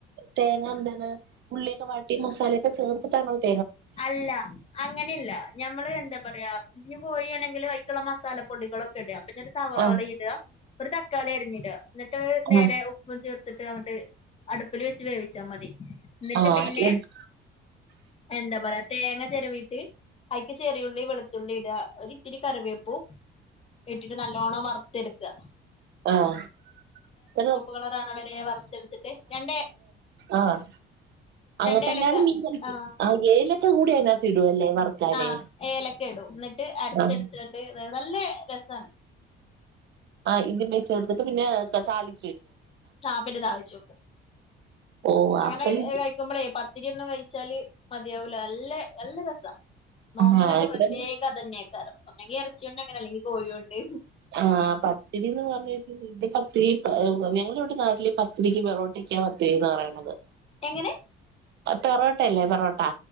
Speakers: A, on the right; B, on the left.
A: തേങ്ങ എന്താണ് ഉള്ളിയൊക്കെ വാട്ടി മസാലയൊക്കെ ചേ ചേർത്തിട്ടാണ് ഓര്
B: അല്ല അങ്ങനെല്ല ഞമ്മള് എന്താ പറയാ ഇഞ്ഞ് പോയിയാണെങ്കില് മക്കള മസാല പൊടികളൊക്കെ ഇട എന്നട്ട് സവാള
A: ആഹ്
B: ഇടുക ഒരു തക്കാളി അരിഞ്ഞിടുക എന്നിട്ട് നേരെ
A: ആഹ്
B: ഉപ്പും ചേർ ത്തിട്ട് അന്നിട്ട് അടുപ്പിൽ വെച്ച് വേവിച്ചാ മതി എന്നിട്ട്
A: ആഹ്
B: പിന്നെ എന്താ പറയാ തേങ്ങ ചെരവീട്ട് അയിക്ക് ചെറിയുള്ളി വെളത്തുള്ളി ഇട ഒരു ഇത്തിരി കറിവേപ്പു ഇട്ടിട്ട് നല്ലോണ്ണം വറുത്തെടുക്കുക.
A: ആഹ് <unintelligible>
B: കളറാവണ വരെ വറുത്തെടുത്തിട്ട് രണ്ട്
A: ആഹ് അങ്ങൻ
B: രണ്ട്
A: തന്നെയാണ്
B: ഏലക്ക
A: മീൻ <unintelligible>
B: ആഹ്
A: അതിനകത്ത് ഇടുവല്ലേ വറുക്കാന്
B: ആഹ് ഏലക്കെടും എന്നിട്ട് അരച്ചെടുത്ത്കാണ്ട്
A: ആഹ്
B: തെ നല്ല രസാണ്
A: ആഹ് <unintelligible> പിന്നെ താളി
B: ആഹ് പിന്നെ താളിച്ച്വെക്കും
A: ഓ
B: അങ്ങനെ
A: ആപ്പിൾ
B: കഴിക്കുമ്പളേ പത്തിരി ഒന്നും കഴിച്ചാല് മതിയാവൂല നല്ല നല്ല രസാ നോമ്പിനൊക്കെ
A: ആ ഇവിടെ
B: പ്രത്യേകം അതന്നേക്കാറം ഒന്നെങ്കി ഇറച്ചിയോണ്ടങ്ങനെ അല്ലെങ്കിൽ കോഴിയോണ്ട്
A: ആഹ് പത്തിരി എന്ന് പറഞ്ഞാ <unintelligible> പത്തിരി ഞങ്ങളിവിടെ നാട്ടില് പത്തിരിക്ക് പെറോട്ടക്കാവന്ന് തീന്നാറയണത്
B: എങ്ങനെ
A: പൊറോട്ടയല്ലേ പൊറോട്ടാ